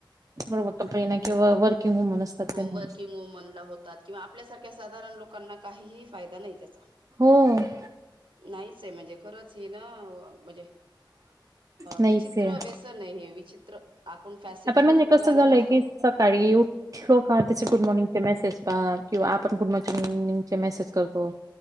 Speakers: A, on the right; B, on the right.
A: म्हणून म्हटलंय <unintelligible> किंवा वर्किंग वुमन असतात त्यांना
B: वर्किंग वुमन ला होतात किंवा आपल्यासारख्या साधारण लोकांना काहीही फायदा नाही त्याचा.
A: <inaudible>
B: नाहीच आहे म्हणजे खरंच ह ना म्हणजे
A: नाहीच
B: विचित्र
A: आहे
B: व्यसन आहे हे विचित्र. आपण फॅसिलिटीज
A: आपण म्हणजे
B: बघायला
A: कस झालंय
B: जातो
A: की सकाळी उठलो का त्याचे गुड मॉर्निंग चे मेसेज पा किंवा आपण गुड मॉमीगचे निंग चे मेसेज करतो.